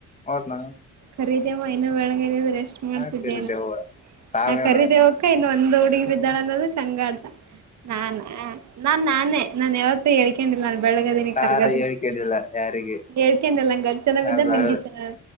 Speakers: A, on the left (about 25°); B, on the right (about 65°).
A: ಅವ್ನ
B: ಕರಿದೇವ ಇನ್ನು ಬೆಳ್ಗ ಇದ್ದಿದ್ರೆ ಎಸ್ಟು ಮಾಡ್ತಿದೆ
A: ಹಾಕರಿದೆವು
B: ಏನೋ
A: ತಾವೇನು
B: ಆ ಕರೀದೇವಕ್ಕ ಇನ್ನು ಒಂದ್ ಹುಡುಗಿ ಬಿದ್ದಾಳ ಅನ್ನೋದು ಚಂಗ ಆಡ್ತ ನಾನ್ ನಾನ್ ನಾನೇ ನಾನ್ ಯಾವತ್ತ ಹೇಳ್ಕೊಂಡಿಲ್ಲ ನಾನು ಬೆಳಗದೀಿನಿ
A: ತಾರ
B: ಕರ್ಗದಿನಿ
A: ಹೇಳಿಕೇಳಿಲ್ಲ ಯಾರಿಗೆ
B: ಹೇಳ್ಕಂಡಲ್ಲ ಹಂಗ ಅ ಚನ್ನಾಗ್ಿದಾರ
A: ನಾ ಬೆಳ
B: ನಿಂಗೆ ಚನ್ನ